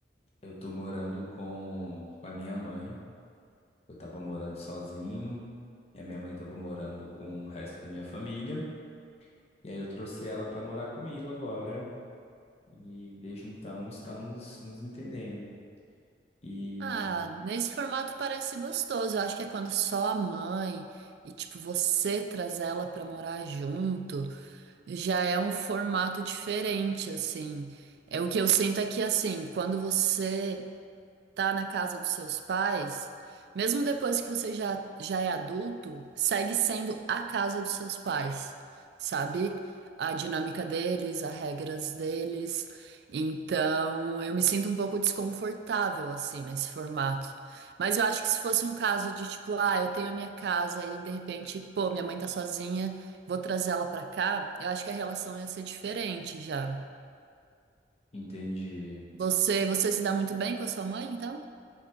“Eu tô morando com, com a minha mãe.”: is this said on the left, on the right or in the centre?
Left